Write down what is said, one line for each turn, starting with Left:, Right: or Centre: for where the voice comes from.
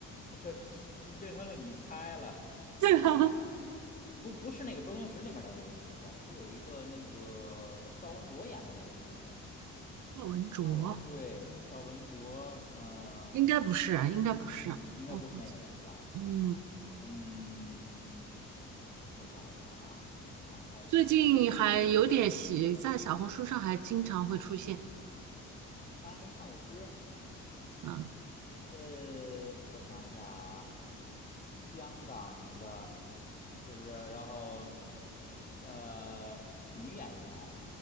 Left: <laughs> 变成了你猜了啊？
Right: <laughs> 对啊，
Left: 不，不是那个周星驰里面的那个食神，是有一个那个赵文卓演的那个食神。
Right: <laughs> 赵文卓？
Left: 坏了，对，赵文卓，嗯、
Right: 应该不是啊，应该不是，
Left: 应该不是那个人是吧？
Right: 我估计，嗯，
Left: 嗯，我想一想啊，那还是他从
Right: 最近还有点喜，在小红书上还经常会出现，
Left: 他还没唱过歌儿。
Right: 嗯，
Left: 呃，我想一下啊，香港的，是不是？然后是呃，女演员，